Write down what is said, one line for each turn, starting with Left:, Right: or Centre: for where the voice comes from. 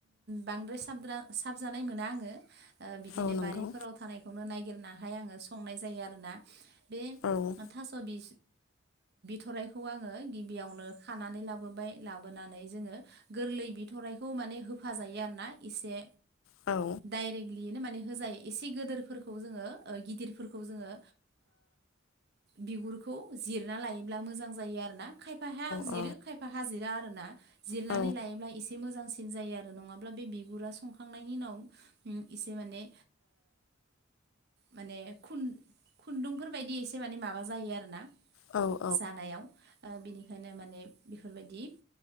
Right: बांद्राय साब साबजानाय मोना आङो। बिदिनो
Left: औ नंगौ
Right: बारिफोराव थानायखौनो नायगिरनाहाय आङो संनाय जायो आरो ना? बे
Left: औ
Right: थास' बि थराइखौ आङो गिबियावनो खानानै लाबोबाय लाबोनानै जोङो गोरलै बिथराइखौ। माने होफाजायो आरो ना एसे।
Left: औ औ
Right: डाइरेक्टलियैनो माने होजायो एसे गोदोरफोरखौ जोङो। गिदिरफोरखौ जोङो बिगुरखौ जिरना लायो। ब्ला मोजां जायो आरो ना खायफाहा जिरो
Left: औ
Right: खायफाहा जिरा आरो ना जिरनानै
Left: औ
Right: लायोब्ला एसे मोजांसिन। जायो आरो नङाब्ला बे बिगुरा संखांनायनि उनाव एसे माने। माने खुन्दुंफोर बायदि एसे माने माबा जायो आरो ना।
Left: औ
Right: जानायाव बिनिखायनो माने बेफोर बायदि